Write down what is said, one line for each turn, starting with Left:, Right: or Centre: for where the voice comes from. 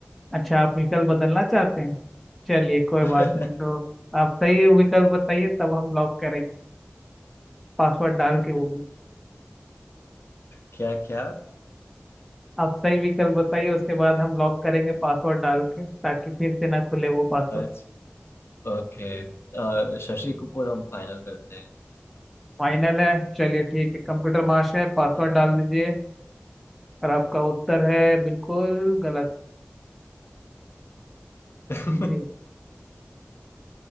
Centre: अच्छा आप विकल्प बदलना चाहते हैं चलिए कोई
Left: क्या
Centre: बात नहीं तो आप सही विकल्प बताइए तब हम लॉक करेंगे पासवर्ड डाल के वो भी
Left: क्या क्या
Centre: आप सही विकल्प बताइए उसके बाद हम लॉक करेंगे पासवर्ड डाल के ताकि फिर से ना खुले वो पासवर्ड
Left: अच्छा ओके अ, शशि कपूर हम फाइनल करते हैं
Centre: फाइनल है चलिए ठीक है कंप्यूटर महाशय पासवर्ड
Left: हाँ
Centre: डाल दीजिए और आपका उत्तर है बिल्कुल गलत
Left: <laughs>
Centre: जी